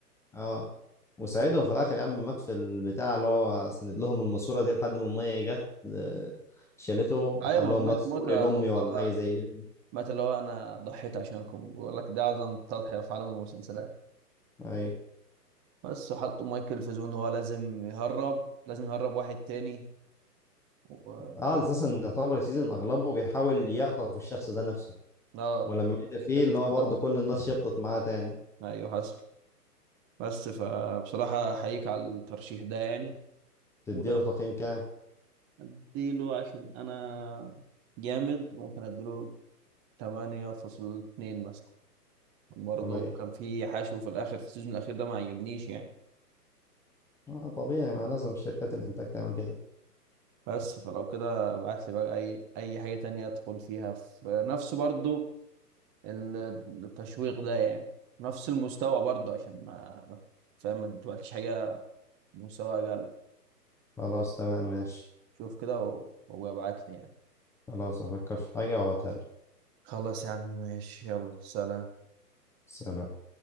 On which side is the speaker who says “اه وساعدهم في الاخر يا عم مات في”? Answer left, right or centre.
Centre